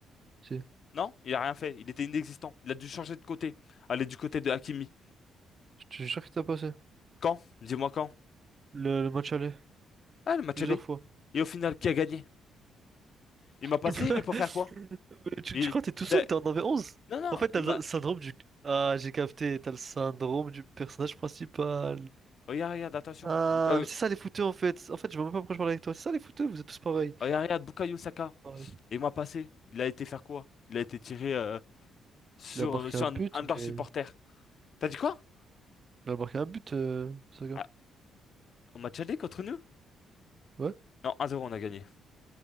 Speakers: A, on the right; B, on the left.
A: Si.
B: Non? Il a rien fait. Il était inexistant. Il a dû changer de côté. Aller du côté de Hakimi.
A: Je je suis sûr que t'as passé.
B: Quand? Dis-moi quand?
A: Le, le match aller.
B: Ah, le match
A: Plusieurs
B: allé.
A: fois.
B: Et au final, qui a gagné? Il m'a passé,
A: <laughs>
B: mais pour
A: Mais
B: faire quoi?
A: Tu,
B: Il,
A: tu crois que t'es tout
B: il
A: seul,
B: a...
A: t'en avais onze
B: Non, non,
A: En fait, t'as
B: il
A: le
B: m'a...
A: syndrome du... Ah, j'ai capté, t'as le syndrome du personnage principal.
B: Regarde, regarde, attention.
A: Ah,
B: Bukayo...
A: mais c'est ça les fouteux en fait. En fait, je vois même pas pourquoi je parle avec toi. C'est ça les fouteux, vous êtes tous pareils.
B: Regarde, regarde, Bukayo Saka.
A: Pareil.
B: Et moi passé, il a été faire quoi? Il a été tiré euh, sur,
A: Il a marqué
B: euh, sur
A: un but,
B: un, un de
A: mais.
B: leurs supporters. T'as dit quoi?
A: Il a marqué un but, euh, Saka.
B: Ah, on match aller contre nous?
A: Ouais?
B: Non, 1-0, on a gagné.